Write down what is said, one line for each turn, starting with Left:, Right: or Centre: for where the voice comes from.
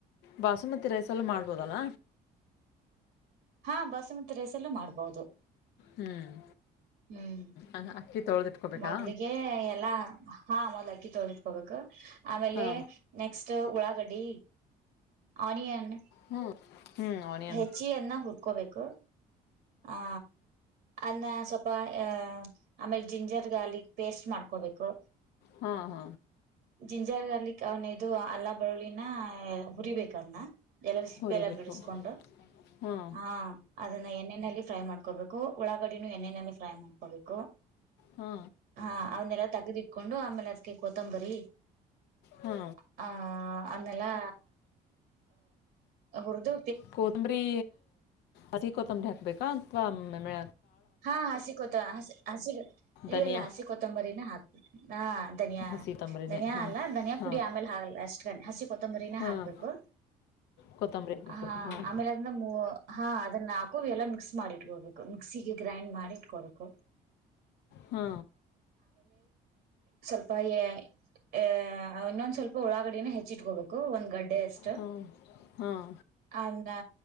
Left: ಬಾಸಮತಿ ರೈಸ್ ಎಲ್ಲ ಮಾಡ್ಬೋದಲ್ಲ
Right: ಹಾ ಬಸಮತಿ ರೇಸಲ್ಲೂ ಮಾಡ್ಬೋದು
Left: ಹ್ಮ್
Right: ಹ್ಮ್
Left: ಅ- ಅಕ್ಕಿ ತೊಳೆದಿಟ್ಕೋಬೇಕಾ
Right: ಮೊದ್ಲಿಗೆ ಎಲ್ಲಾ ಹಾ ಅಲ್ಲಕ್ಕಿಟಿಟ್ಬೇಕ ಹ ಆಮೇಲೆ
Left: ಹಾ
Right: ನೆಕ್ಸ್ಟ್ ಉಳ್ಳಾಗಡ್ಡೆ ಆನಿಯನ್
Left: ಹ್ಮ್ ಹ್ಮ್ ಆನಿಯನ್
Right: ಹೆಚ್ಚಿಯನ್ನ ಹುರ್ಕೋಬೇಕು ಹಾ ಅನ್ನ. ಸ್ವಲ್ಪ ಆಹ ಆಮೇಲೆ ಜಿಂಜರ್ ಗಾರ್ಲಿಕ್ ಪೇಸ್ಟ್ ಮಾಡ್ಕೋಬೇಕು.
Left: ಹಾ ಹಾ.
Right: ಜಿಂಜರ್ ಅಲಿಕ್ಕೆ ಅವನ ಇದು ಅಲ್ಲ ಬರಳಿನ ಹುರಿಬೇಕನ್ನ. ಎಲ್ಲ ಸಿಪ್ಪೆ
Left: ಹುರಿಬೇಕು
Right: ಎಲ್ಲ ಬಿಡಿಸಕೊಂಡು
Left: ಹಾ
Right: ಹ ಅದನ್ನ ಎ. ಎಣ್ಣೆಯಲ್ಲಿ ಫ್ರೈ ಮಾಡ್ಕೋಬೇಕು ಒಳ್ಳಾಗಡಿನೂ ಎಣ್ಣೆಯಲ್ಲಿ ಫ್ರೈ ಮಾಡ್ಕೋಬೇಕು.
Left: ಹಾ
Right: ಹಾ ಅವನ್ನೆಲ್ಲ. ತೆಗದಿಟ್ಕೊಂಡು ಆಮೇಲೆ ಅದಕ ಕೊತಂಬರಿ.
Left: ಹಾ
Right: ಹ. ಆಮೇಲಾ ಉರ್ದು.
Left: ಕೊದಂಬರಿ ಅತಿ ಕೊತಂಬರಿ ಹ. ಬೇಕಾ ಅಂತವಾ ಮ ಮೇ.
Right: ಹಾ ಹಾ ಸಿಿಕೋತ್. ಹ ಹಸಿರು. ಇಲ್ಲ
Left: ಧನಿಯಾ
Right: ಇಲ್ಲ ಹಸಿ ಕೊತ್ತಂಬರಿನ ಹಾಕ್ ಹ ಧನಿಯಾ
Left: ಹಸಿ ತಂಬರಿನೇ
Right: ಧನಿಯಾ
Left: ಹಾಂ
Right: ಅಲ್ಲ ಧನಿಯಾ
Left: ಹಾಂ
Right: ಪುಡಿ ಆಮೇಲೆ ಹಾಗಲ್ ಅಷ್ಟ ಗ ಹಸಿ ಕೊತ್ತಂಬರಿನೇ
Left: ಹಾಂ
Right: ಹಾಕ್ಬೇಕು
Left: ಕೊತ್ತಂಬರಿ ಹಾಕ್ಬೇಕು
Right: ಹ
Left: ಹಾಂ
Right: ಆಮೇಲೆ ಅದನ್ನ ಹಾ ಅದನ್ನ ಹಾಕು ಎಲ್ಲ ಮಿಕ್ಸ್ ಮಾಡಿಟ್ಕೊಬೇಕು ಮಿಕ್ಸಿಗೆ. ಗ್ರೈಂಡ್ ಮಾಡಿಟ್ಕಡ್ಕು.
Left: ಹಾ.
Right: ಸ್ವಲ್ಪ ಎ ಆ. ಇನ್ನೊಂದ್ ಸ್ವಲ್ಪ ಉಳಾಗಡಿನ ಹೆಚ್ಚಿಟ್ಕೋಬೇಕು ಒಂದ್ ಗಡ್ಡೆ ಅಷ್ಟು
Left: ಹಾಂ ಹಾಂ ಹಾಂ
Right: ಅ.